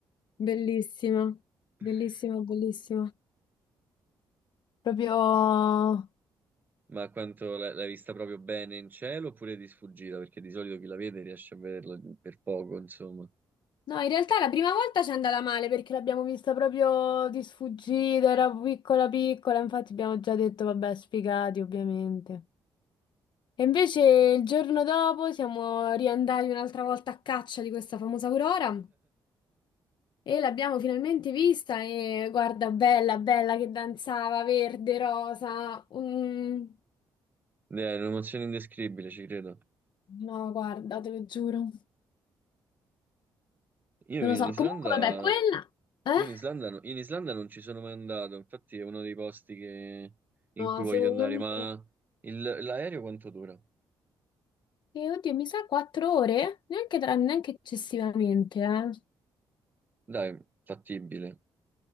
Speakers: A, on the left; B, on the right.
A: bellissima, bellissima,
B: <laughs>
A: bellissima. Proprio...
B: Ma quanto l'hai l'hai vista proprio bene in cielo oppure di sfuggita? Perché di solito chi la vede riesce a vederla per poco, insomma.
A: No, in realtà la prima volta ci è andata male perché l'abbiamo vista proprio di sfuggita, era piccola piccola, infatti abbiamo già detto vabbè, sfigati ovviamente. E invece il giorno dopo siamo riandati un'altra volta a caccia di questa famosa Aurora e l'abbiamo finalmente vista e guarda, bella, bella che danzava, verde, rosa. un-
B: Eh, È un'emozione indescrivibile, ci credo.
A: No, guarda, te lo giuro.
B: Io
A: Non
B: in
A: lo so,
B: Islanda,
A: comunque vabbè, quella...
B: io
A: Eh?
B: in Islanda, no- in Islanda non ci sono mai andato, infatti è uno dei posti che- in
A: No,
B: cui voglio
A: secondo
B: andare,
A: me...
B: ma il- l'aereo quanto dura?
A: E oddio, mi sa quattro ore? Neanche, tra- neanche eccessivamente, eh.
B: Dai, fattibile.